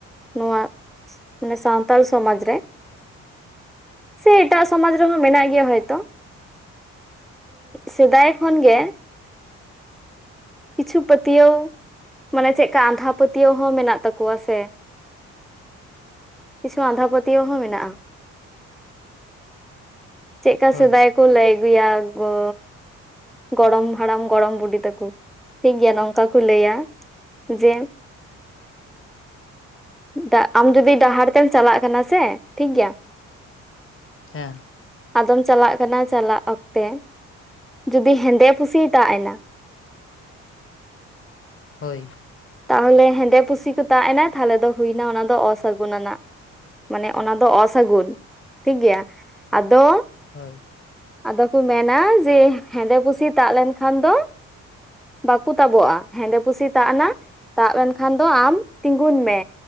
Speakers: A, in the centre; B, on the left (about 40°).
A: ᱱᱚᱣᱟ ᱥᱟᱱᱛᱟᱲ ᱥᱚᱢᱟᱡᱽ ᱨᱮ ᱥᱮ ᱮᱴᱟᱜ ᱥᱚᱢᱟᱡᱽ ᱨᱮᱦᱚᱸ ᱢᱮᱱᱟᱜ ᱜᱮᱭᱟ ᱦᱚᱭᱛᱳ ᱥᱮᱫᱟᱭ ᱠᱷᱚᱱ ᱜᱮ ᱠᱤᱪᱷᱩ ᱯᱟᱹᱛᱭᱟᱹᱣ ᱢᱟᱱᱮ ᱪᱮᱫ ᱠᱟ ᱟᱸᱫᱷᱟ ᱯᱟᱹᱛᱭᱟᱹᱣ ᱦᱚᱸ ᱢᱮᱱᱟᱜ ᱛᱟᱠᱚᱣᱟ ᱥᱮ ᱠᱤᱪᱷᱩ ᱟᱸᱫᱷᱟ ᱯᱟᱹᱛᱭᱟᱹᱣ ᱦᱚᱸ ᱢᱮᱱᱟᱜᱼᱟ᱾ ᱪᱮᱫ ᱠᱟ
B: ᱦᱳᱭ
A: ᱥᱮᱫᱟᱭ ᱠᱚ ᱞᱟᱹᱭ ᱟᱜᱩᱭᱟ ᱜᱚ ᱜᱚᱲᱚᱢ ᱦᱟᱲᱟᱢ ᱜᱚᱲᱚᱢ ᱵᱩᱰᱷᱤ ᱛᱟᱠᱚ ᱴᱷᱤᱠ ᱜᱮᱭᱟ ᱱᱚᱝᱠᱟ ᱠᱚ ᱞᱟᱹᱭᱟ ᱡᱮ <unintelligible> ᱫᱟᱜ ᱟᱢ ᱡᱩᱫᱤ ᱰᱟᱦᱟᱨ ᱛᱮᱢ ᱪᱟᱞᱟᱜ ᱠᱟᱱᱟ ᱥᱮ ᱴᱷᱤᱠ ᱜᱮᱭᱟ᱾ <unintelligible>
B: ᱦᱮᱸ
A: ᱟᱫᱚᱢ ᱪᱟᱞᱟᱜ ᱠᱟᱱᱟ ᱪᱟᱞᱟᱜ ᱚᱠᱛᱮ ᱡᱩᱫᱤ ᱦᱮᱸᱫᱮ ᱯᱩᱥᱤ ᱫᱟᱜ ᱮᱱᱟ ᱾
B: ᱦᱳᱭ
A: ᱛᱟᱦᱚᱞᱮ ᱦᱮᱸᱫᱮ ᱯᱩᱥᱤ ᱠᱚ ᱛᱟᱜ ᱮᱱᱟ ᱛᱟᱦᱚᱞᱮ ᱫᱚ ᱦᱩᱭ ᱮᱱᱟ ᱚᱱᱟ ᱫᱚ ᱚᱥᱟᱹᱜᱩᱱ ᱟᱱᱟᱜ᱾ ᱢᱟᱱᱮ ᱚᱱᱟ ᱫᱚ ᱚᱥᱟᱹᱜᱩᱱ ᱴᱷᱤᱠ ᱜᱮᱭᱟ ᱟᱫᱚ
B: ᱦᱳᱭ
A: ᱟᱫᱚ ᱠᱚ ᱢᱮᱱᱟ ᱡᱮ ᱦᱮᱸᱫᱮ ᱯᱩᱥᱤ ᱛᱟᱜ ᱞᱮᱱᱠᱷᱟᱱ ᱫᱚ ᱵᱟᱠᱩ ᱛᱟᱵᱚᱜᱼᱟ ᱦᱮᱸᱫᱮ ᱯᱩᱥᱤ ᱛᱟᱜ ᱮᱱᱟ ᱛᱟᱵᱽ ᱮᱱᱠᱷᱟᱱ ᱫᱚ ᱟᱢ ᱛᱤᱸᱜᱩᱱ ᱢᱮ